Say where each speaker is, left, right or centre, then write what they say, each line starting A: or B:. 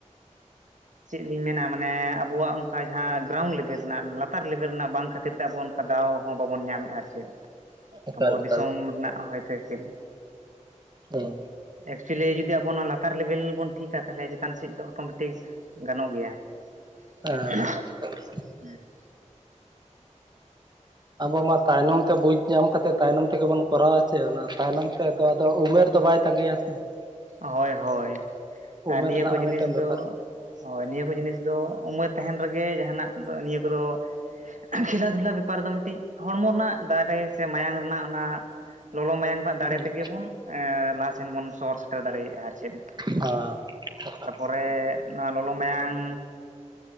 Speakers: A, on the right (about 75°); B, on the right (about 35°).
A: ᱪᱮᱫ ᱞᱤᱧ ᱢᱮᱱᱟ ᱢᱟᱱᱮ ᱟᱵᱚᱣᱟᱜ ᱚᱱᱠᱟ ᱡᱟᱦᱟᱸ ᱜᱨᱟᱣᱩᱱᱰ ᱞᱮᱵᱮᱞ ᱨᱮᱱᱟᱜ ᱞᱟᱛᱟᱨ ᱞᱮᱵᱮᱞ ᱨᱮᱱᱟᱜ ᱵᱟᱝ ᱠᱷᱟᱹᱛᱤᱨ ᱛᱮ ᱟᱵᱚ ᱚᱱ ᱠᱟ ᱫᱟᱣ ᱦᱚᱸ ᱵᱟᱵᱚᱱ ᱧᱟᱢᱮᱫᱼᱟ ᱟᱨ ᱪᱮᱫ ᱾
B: ᱮᱠᱟᱞ
A: ᱟᱵᱚ ᱫᱤᱥᱚᱢ
B: ᱮᱠᱟᱞ
A: ᱨᱮᱱᱟᱜ ᱦᱚᱭᱛᱚ ᱠᱷᱮᱞ
B: ᱚ ᱾
A: ᱮᱠᱪᱩᱭᱮᱞᱤ ᱡᱩᱫᱤ ᱟᱵᱚ ᱱᱚᱣᱟ ᱞᱟᱛᱟᱨ ᱞᱮᱵᱮᱞ ᱵᱚᱱ ᱴᱷᱤᱤᱠᱠᱟ, ᱛᱟᱦᱚᱞᱮ ᱪᱮᱛᱟᱱ ᱥᱮᱫ ᱫᱚ ᱚᱴᱳᱢᱮᱴᱤᱠ ᱜᱟᱱᱚᱜ ᱜᱮᱭᱟ ᱾ ᱠᱷᱤ
B: ᱦᱮᱸ
A: ᱦᱟ ᱦᱩᱸ ᱾
B: ᱟᱵᱚ ᱢᱟ ᱛᱟᱭᱱᱚᱢ ᱛᱮ ᱵᱩᱡᱽ ᱧᱟᱢ ᱠᱟᱛᱮ ᱛᱟᱭᱱᱚᱢ ᱛᱮᱜᱮ ᱵᱚᱱ ᱠᱚᱨᱟᱣᱟ ᱪᱮ, ᱚᱱᱟ ᱛᱟᱭᱱᱚᱢ ᱛᱮᱫᱚ ᱟᱫᱚ ᱩᱢᱮᱨ ᱫᱚ ᱵᱟᱭ ᱛᱺᱜᱮᱭᱟ ᱥᱮ ᱾
A: ᱦᱳᱭ ᱦᱳᱭ ᱾
B: ᱩᱢᱮᱨ
A: ᱟᱨ ᱱᱤᱭᱟᱹ
B: ᱨᱮᱱᱟᱜ
A: ᱠᱚ
B: ᱦᱚᱸ
A: ᱡᱤᱱᱤᱥ
B: ᱢᱤᱫᱴᱮᱱ
A: ᱫᱚ
B: ᱵᱮᱯᱟᱨ
A: ᱦᱳᱭ, ᱱᱤᱭᱟᱹ ᱠᱚ ᱡᱤᱱᱤᱥ ᱫᱚ ᱩᱢᱮᱨ ᱛᱟᱦᱮᱱ ᱨᱮᱜᱮ, ᱡᱟᱦᱟᱱᱟᱜ ᱫᱚ ᱱᱤᱭᱟᱹ ᱠᱚᱫᱚ ᱠᱷᱮᱞᱟ ᱫᱷᱩᱞᱟ ᱵᱮᱯᱟᱨ ᱫᱚ ᱢᱤᱫᱴᱤᱡ ᱦᱚᱲᱢᱚ ᱨᱮᱱᱟᱜ ᱫᱟᱲᱮ ᱥᱮ ᱢᱟᱭᱟᱝ ᱨᱮᱱᱟᱜ ᱚᱱᱟ ᱞᱚᱞᱚ ᱢᱟᱭᱟᱝ ᱨᱮᱱᱟᱜ ᱫᱟᱲᱮ
B: ᱦᱩᱸ
A: ᱛᱮᱜᱮ ᱵᱚᱱ ᱞᱟᱦᱟ ᱥᱮᱱ ᱵᱚᱱ ᱥᱚᱦᱚᱨ ᱥᱮᱴᱮᱨ ᱫᱟᱲᱮᱭᱟᱜᱼᱟ ᱟᱨ ᱪᱮᱫ ᱾
B: ᱚ ᱥᱟᱯ <unintelligible>
A: ᱛᱟᱨᱯᱚᱨᱮ ᱱᱚᱣᱟ ᱞᱚᱞᱚ ᱢᱟᱭᱟᱝ